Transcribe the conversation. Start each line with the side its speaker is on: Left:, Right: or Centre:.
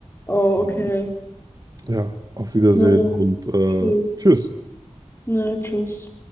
Left: Oh,
Right: Ähm,
Left: okay.
Right: Ja, auf Wiedersehen
Left: Naja,
Right: und äh,
Left: tschüss.
Right: tschüss.
Left: Naja, tschüss.